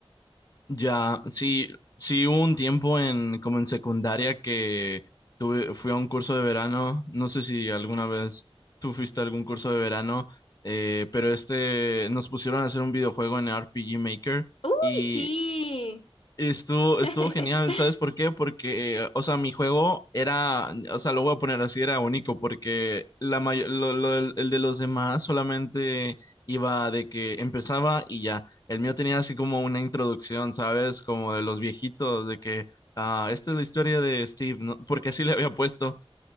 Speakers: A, on the left; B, on the left.
A: Ya, sí, sí hubo un tiempo en, como en secundaria que tuve, fui a un curso de verano, no sé si alguna vez tú fuiste a algún curso de verano, eh, pero este, nos pusieron a hacer un videojuego en RPG Maker
B: ¡Uy,
A: y
B: sí!
A: Estuvo,
B: <laughs>
A: estuvo genial, ¿sabes por qué? Porque, o sea, mi juego era, o sea, lo voy a poner así, era único, porque la may- lo- lo- el de los demás solamente iba de que empezaba y ya. El mío tenía así como una introducción, ¿sabes? Como de los viejitos, de que, ah, esta es la historia de Steve, ¿no? Porque así le había puesto